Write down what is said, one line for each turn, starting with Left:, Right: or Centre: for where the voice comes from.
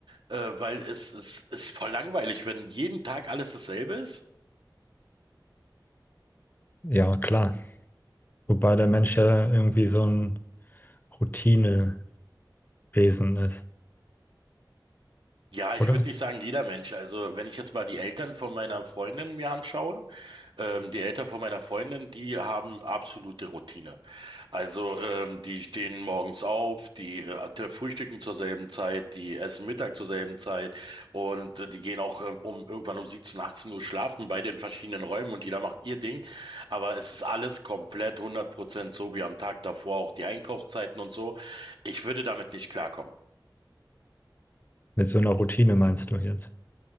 Right: äh, weil es, es ist voll langweilig, wenn jeden Tag alles dasselbe ist.
Left: Ja, klar. Wobei der Mensch ja irgendwie so ein Routinewesen ist,
Right: Ja, ich
Left: oder?
Right: würde nicht sagen jeder Mensch. Also wenn ich jetzt mal die Eltern von meiner Freundin mir anschaue, ähm, die Eltern von meiner Freundin, die haben absolute Routine. Also, ähm, die stehen morgens auf, die äh, te- frühstücken zur selben Zeit, die essen Mittag zur selben Zeit und äh, die gehen auch äh, um irgendwann um 17, 18 Uhr schlafen bei den verschiedenen Räumen und jeder macht ihr Ding. Aber es ist alles komplett 100% so wie am Tag davor, auch die Einkaufszeiten und so. Ich würde damit nicht klarkommen.
Left: Mit so einer Routine meinst du jetzt?